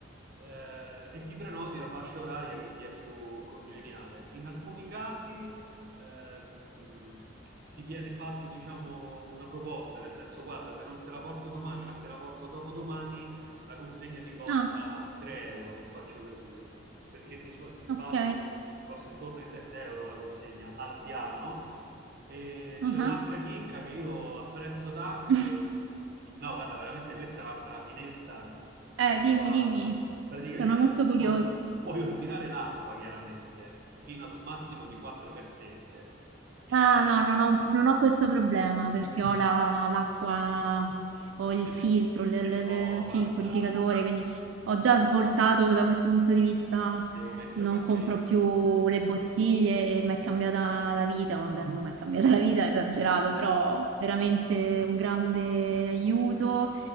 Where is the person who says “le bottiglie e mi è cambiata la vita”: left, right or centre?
Right